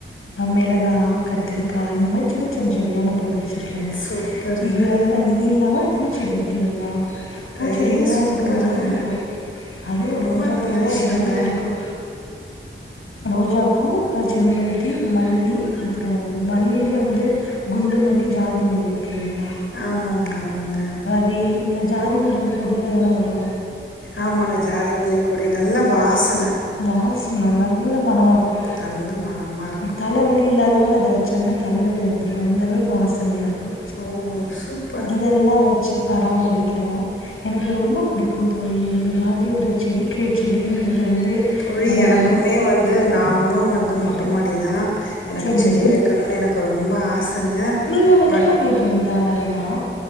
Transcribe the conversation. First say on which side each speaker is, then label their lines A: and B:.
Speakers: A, on the left; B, on the left.
A: மெளகா கத்திரிக்கா இந்த மாரி சின்ன சின்ன செடியா நா போட்டு வெச்சிருக்கே
B: சூப்பருங்க.
A: இது வந் இது இல்லாமல் பூச்செடி இருக்கீங்ளா பூச்செடினா
B: ஐ சூப்பருங்க
A: எனக்கு ரொம்ப புடிக்கு அதுவு
B: ரொம்ப
A: ரோஜா
B: நல்ல
A: பூனா
B: விஷயங்க
A: ரொம்போ புடிக்கு ரோஜாப்பூ செம்பரு தி மல்லி அப்பறோ மல்லிலே வந்து குண்டு மல்லி, ஜாதி மல்லி இருக்குல்லீங்ளா இல்லைங்களா
B: ஆமாங்க ஆமாங்க
A: ரி இந்த ஜாதி மல்லி வந்து கொடில தான வரு
B: ஆமாங்க ஜாதி மல்லி கொடி நல்ல வாசன
A: வாஸ்ன நல்ல மணமா இருக்கு
B: நல்ல மணமாக இருக்கும்
A: தல வலி இல்லாதவங்க அத வெச்சாங்னா தலவலி வந்துரு அந்தளவுக்கு வாசனையா இருக்கு
B: ம் ம் சூப்
A: இதெல்லா வெச்சு பராமரிக்கிறோ எனக்கு ரொம்ப புடிக்கு தோழி இந்த மாதிரி ஒரு செடிக்கே செடிங்கிறது வந்து
B: தோழி
A: நம்ம
B: எனக்குமே வந்து நாங்களு வந்து மொட்ட மாடி தா எனக்கு
A: சரிங்க
B: செடி வெக்கணுன் எனக்கு ரொம்ப ஆசங்க
A: நீங்கள் வைக்கலாமே
B: பட்
A: தோழி தாராளமாக